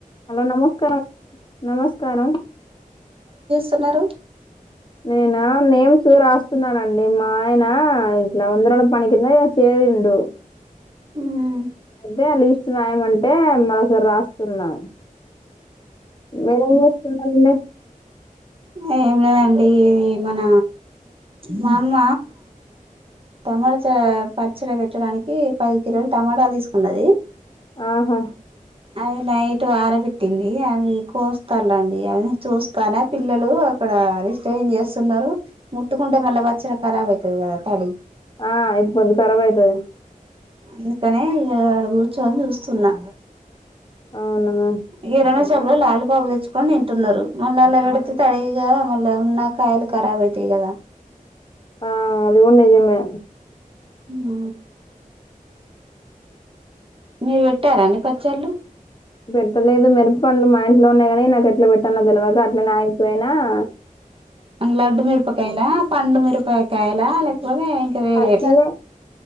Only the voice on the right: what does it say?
స్తున్నారు
మ్మ్
ఏమి లేదండి మన మా అమ్మ టమాటా పచ్చడి పెట్టడానికి పది కిలోలు టమాటాలు తీసుకున్నది
అది నైట్ వర పెట్టింది అది కోస్తలండి అది చూస్తాల పిల్లలు అక్కడ రిస్టన్ చేస్తున్నారు ముట్టుకుంటే మళ్ళీ బచ్చడాఖరాబ్ అవుతుది కదా తడి
అందుకనే ఆడ కూర్చొని చూస్తున్నా
కిరాణా షాప్ లో లాలిపాప తెచ్చుకొని తింటున్నారు, మళ్ళ అలా పె తాడి ఈగ మళ్ళ ఉన్నాకాయలు ఖరాబ్ అయితయి కదా,
ఆ మీరు పెట్టారా అండి పచ్చళ్ళు
లడ్డు మిరపకాయల పండు మిరపకాయలా లేకపోతే ఇంకా వేరే